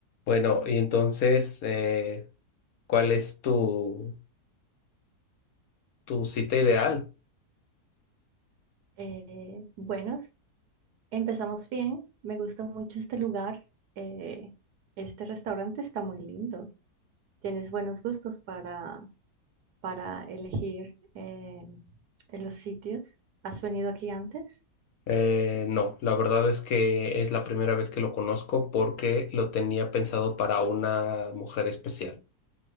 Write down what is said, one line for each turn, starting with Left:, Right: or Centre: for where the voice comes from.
Left: Bueno, y entonces, eh, ¿cuál es tu, tu cita ideal?
Right: Eh, buenos, empezamos bien. Me gusta mucho este lugar. Eh, este restaurante está muy lindo. Tienes buenos gustos para, para elegir eh, en los sitios. ¿Has venido aquí antes?
Left: Eh, no, la verdad es que es la primera vez que lo conozco porque lo tenía pensado para una mujer especial.